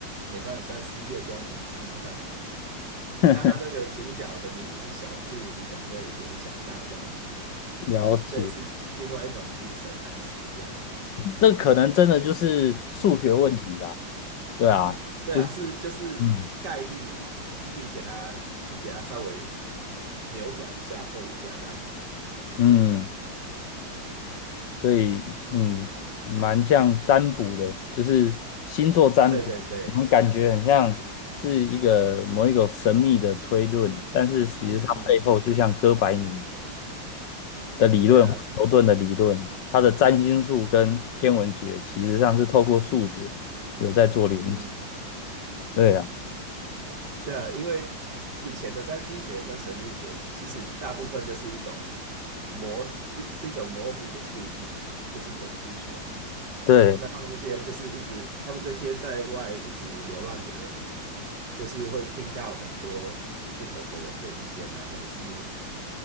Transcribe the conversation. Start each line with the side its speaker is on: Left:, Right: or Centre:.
Right: 《美少女战士》月光骑士吗？”
Left: <laughs>
Right: <laughs> 那他那个主角的名字是小兔，你可能会联想到这样子，
Left: 了解，
Right: 这也是另外一种精神暗示，这样。
Left: 这可能真的就是数学问题啦。对啊，
Right: 对啊，
Left: 就是
Right: 是就是概率去给它去给它稍微
Left: 嗯，
Right: 扭转一下，碰一下这样子。
Left: 嗯，所以嗯，蛮像占卜的，就是星座占卜，
Right: 对对对，
Left: 我们感觉很像是一个某一个神秘的推论，但是其实它背后就像哥白尼
Right: 嗯，
Left: 的理论，
Right: 对啊，
Left: 牛顿的理论，它的占星术跟天文学其实上是透过数学有在做连接。
Right: 嗯，
Left: 对啊，
Right: 对啊，因为以前的占星学跟神秘学，其实大部分就是一种模，是是一种模糊的数据，就是统计学嘛。
Left: 对，
Right: 那他们这些就是一直，他们这些在外一直流浪的人，就是会听到很多不同的人的意见啊，或者是